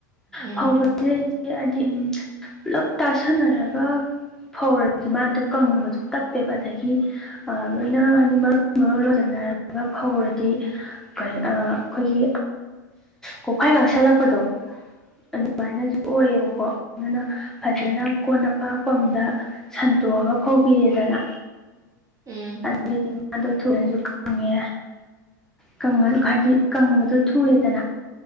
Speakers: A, on the right; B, in the centre.
A: ꯎꯝ ꯎꯝ
B: ꯐ <unintelligible> ꯍꯥꯏꯗꯤ ꯄꯨꯂꯞ ꯇꯥꯁꯟꯅꯔꯒ ꯐꯧꯔꯁꯤꯗꯤ ꯃꯥꯗꯣ ꯀꯪꯉꯕꯁꯨ ꯇꯞꯄꯦꯕ ꯑꯗꯒꯤ ꯂꯣꯏꯅ ꯍꯥꯏꯗꯤ ꯃꯔ ꯃꯔꯣꯟ ꯂꯣꯏꯁꯤꯟꯅꯔꯒ ꯐꯧꯔꯗꯤ ꯀꯔꯤ ꯑꯩꯈꯣꯏꯒꯤ ꯀꯣꯛꯐꯥꯏꯒꯥꯛꯁꯜꯂꯛꯄꯗꯣ ꯑꯗꯨꯃꯥꯏꯅꯁꯨ ꯑꯣꯏꯌꯦꯕꯀꯣ ꯑꯗꯨꯅ ꯐꯖꯅ
A: ꯎꯝ ꯎꯝ
B: ꯀꯣꯟꯅꯄꯥꯛ ꯝꯗ ꯁꯟꯇꯣꯛꯑꯒ ꯐꯧꯕꯤꯔꯦꯗꯅ
A: ꯎꯝ
B: ꯑꯗꯨꯏꯗꯤ ꯑꯗꯣ ꯊꯨꯅꯁꯨ ꯀꯪꯉꯦ ꯀꯪꯉꯁꯨ ꯍꯥꯏꯗꯤ ꯀꯪꯕꯗ ꯊꯨꯔꯦꯗꯅ